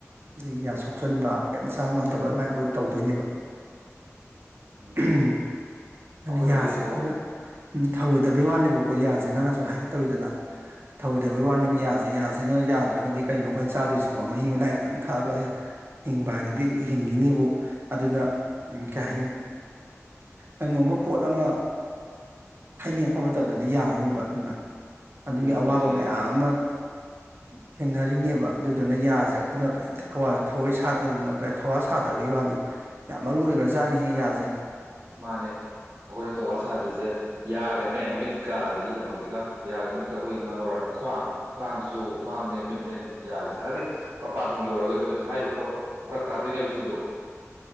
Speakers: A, on the right (about 45°); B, on the right (about 65°).
A: ꯑꯗꯒꯤ ꯌꯥ ꯁꯣꯛꯆꯟꯕ ꯀꯔꯤꯝꯇ ꯆꯥ ꯉꯝꯗꯕ ꯑꯗꯨꯃꯥꯏꯅ ꯑꯣꯏ ꯇꯧꯗꯣꯏꯅꯦꯕ
B: ꯎꯝ
A: ꯑꯩꯈꯣꯏꯅ
B: ꯑꯩꯈꯣꯏꯅꯕꯨꯗꯤ
A: ꯌꯥꯁꯦ
B: ꯊꯧꯕ
A: ꯑꯩꯈꯣꯏꯅ ꯎ ꯊꯥꯎꯋꯏ ꯗ ꯕꯩ ꯋꯥꯟꯅꯦꯕꯀꯣ ꯌꯥꯁꯦ ꯅꯪꯅꯁꯨ ꯍꯥꯏꯒꯦ ꯇꯧꯋꯤꯗꯅ ꯊꯧꯑꯣꯏꯗꯕꯩ
B: ꯎꯝ
A: ꯋꯥꯟꯅꯕ ꯌꯥꯁꯦ ꯌꯥꯁꯦꯅ ꯌꯥꯗ꯭ꯔꯒꯗꯤ ꯀꯩꯅꯣ ꯑꯩꯈꯣꯏꯅ ꯆꯥꯗꯣꯏꯁꯤꯕꯣ ꯃꯍꯤ ꯃꯅꯥꯏ ꯈꯤꯛꯇꯪ ꯊꯛꯑꯒ ꯍꯤꯡꯕ ꯍꯥꯏꯗꯨꯗꯤ ꯍꯤꯡꯈꯤꯅꯤꯕꯨ ꯑꯗꯨꯅ ꯀꯩ ꯍꯥꯏꯅꯤ ꯀꯩꯅꯣꯝꯃ ꯄꯣꯠ ꯑꯃ ꯍꯥꯏꯅꯤꯡ ꯊꯣꯛꯣꯄ ꯃꯇꯝꯗꯗꯤ ꯌꯥꯔꯔꯣꯏꯕ ꯑꯗꯨꯅ ꯑꯗꯨꯒꯤ
B: ꯌꯥꯔꯣꯏꯌꯦ
A: ꯑꯋꯥꯕ ꯃꯌꯥꯝ ꯑꯃ ꯊꯦꯡꯅꯔꯤꯅꯦꯕ ꯑꯗꯨꯗꯨꯅ ꯌꯥꯁꯦ ꯑꯩꯈꯣꯏꯅ ꯀꯔꯤꯝꯇ ꯊꯋꯥꯏꯅ ꯊꯋꯥ ꯁꯥꯗꯕꯒꯤ ꯋꯥꯅꯤ ꯌꯥꯝ ꯃꯔꯨ ꯑꯣꯏꯈ꯭ꯔꯥꯖꯥꯠꯅꯤ ꯍꯦꯛ ꯌꯥꯖꯩ
B: ꯃꯥꯅꯦ ꯑꯩꯈꯣꯏꯅ ꯊꯧꯋꯥ ꯁꯥꯗ꯭ꯔꯤꯁꯦ ꯌꯥꯒꯅꯦ ꯃꯤꯠꯀ ꯑꯗꯒꯤ ꯀꯩꯅꯣꯁꯤꯒ ꯌꯥꯒ ꯃꯤꯠꯀ ꯑꯩꯈꯣꯏꯒꯤ ꯅꯝꯕꯔ ꯋꯥꯟ ꯈ꯭ꯋꯥꯡ ꯈ꯭ꯋꯥꯡꯁꯤꯁꯨ ꯈ꯭ꯋꯥꯡꯅꯦ ꯃꯤꯠꯅꯦ ꯌꯥꯁꯦ ꯍꯥꯏꯗꯤ ꯃꯄꯥꯟꯊꯣꯡꯒꯤ ꯑꯣꯏꯔꯒꯁꯨꯅꯦ ꯍꯥꯏꯔꯤꯕ ꯄꯣꯠ ꯐꯔꯛ ꯇꯥꯗꯣꯏꯅꯦꯕ ꯁꯤꯁꯨ